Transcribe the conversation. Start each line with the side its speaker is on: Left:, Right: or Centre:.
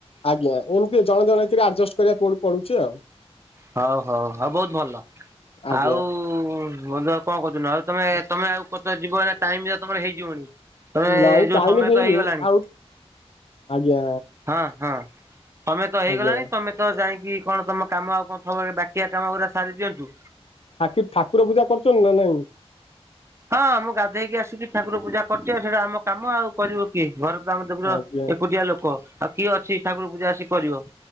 Left: ଆଜ୍ଞା ଏମିତି ଜଣେ ଜଣ କିରେ ଆଡଜଷ୍ଟ କରିବା ପଡୁଛି ଆଉ।
Right: ହଉ ହଉ ହଉ ବୋହୁତ୍ ଭଲ।
Left: ଆଜ୍ଞା
Right: ଆଉ ବ କଣ କରୁଛନ୍ତି? ଆଉ ତମେ ତମେ ଆଉ କ ଯିବ ନା ଟାଇମ ତମର ହେଇଯିବନି? ତମେ
Left: ନାଇଁ
Right: ଯୋଉ
Left: ଟାଇମ
Right: ସମୟ
Left: ହେଇନି
Right: ତ ହେଇଗଲାଣି।
Left: ଆଉ ଆଜ୍ଞା
Right: ହଁ ହଁ ତମେ ସମୟ ତ ହେଇଗଲାଣି।
Left: ଆଜ୍ଞା
Right: ତମେ ତ ଯାଇକି କଣ ତମ କାମ ଆଉ କଣ ହବ ଏଇ ବାକିଆ କାମ ଗୁୁରା ସାରି ଦିଅନ୍ତୁ।
Left: ଥାକି ଠାକୁର ପୂଜା କରୁଛନ୍ତି ନା ନାଇଁ?
Right: ହଁ ମୁଁ ଗାଧେଇକି ଆସିକି ଠାକୁର ପୂଜା କରିଛି ଆଉ ସେଇଟା ଆମ କାମ ଆଉ। କରିବ କିଏ ଘରେ ତ ଆମର ଦେଖୁଚ
Left: ଆଜ୍ଞା
Right: ଏକୁଟିଆ ଲୋକ। ଆଉ କିଏ ଅଛି ଆସି ଠାକୁର ପୂଜା ଆସି କରିବ।